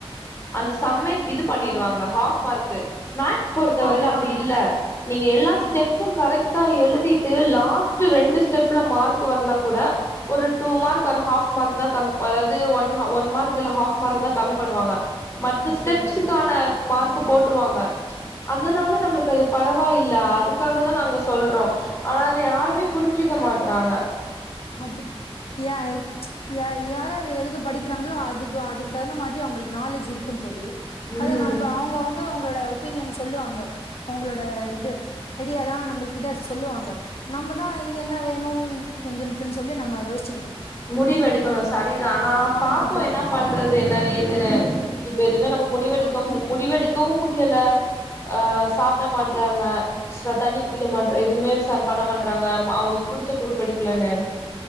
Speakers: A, on the left (about 25°); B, on the left (about 65°).
A: அந்த சம்மே இது பண்ணிடுவாங்க
B: ஆமா
A: ஹாஃப் மார்க்கு மேக்ஸ் பொறுத்த வரையில
B: ஆமா
A: அப்டி
B: தோழி
A: இல்ல நீங்க எல்லா
B: ஆ
A: ஸ்டெப் அப்பும் கரெக்ட்டா எழுதிட்டு லாஸ்ட் ரெண்டு ஸ்டெப்ல மார்க் வர்ல கூட ஒரு டூ மார்க் ஒரு ஹாஃப் மார்க் தா கம்மி அதாவது ஒன்ஹ ஒன் மார்க் இல்ல ஹாஃப் மார்க்குதா கம்மி பண்ணுவாங்க மத்த
B: அப்டியா
A: ஸ்டெப்ஸுக்கான
B: தோழி
A: மார்க் போட்டுருவாங்க அதனால நம்முளுக்கு அது பரவாயில்ல அதுக்காகதா நாங்க சொல்றோ ஆனா அது யாருமே புரிஞ்சிக்க மாட்றாங்க
B: அப்புடி யாய் யாய் யார் யாரு எழுத படிக்கிறாங்களோ அதுக்கு அதுக்கு தகுந்த மாதிரி அவுங்குளுக்கு நாலேஜ் இருக்கோ தோழி
A: ம்
B: அத நம்ப அவுங்க அவுங்க அவுங் அவுங்களோட ஒபீனியன் சொல்லுவாங்க அவுங்களோட இது ஐடியாலா நம்புள்ட்ட சொல்லுவாங்க நம்பதா என்ன வேணுன் எங்களுக்குன்னு சொல்லி நம்ம யோசிச்சிக்கணு
A: முடிவெடுக்கணு சரிதா ஆனா
B: ஆமா
A: பாப்போ
B: தோழி
A: என்ன பண்றத் து என்ன ஏதுனு இப்ப எதுமே நம்ம முடிவெடுக்கவு
B: ஆமா தோழி
A: முடிவெடுக்கவு முடியல அ சாப்ட மாட்றாங்க ப்ச தண்ணி குடிக்க மாட்றா எதுமே சான் பண்ண மாட்றாங்க ம அவுங்களுக் புடிச்ச குரூப் எடுக்கலன்னு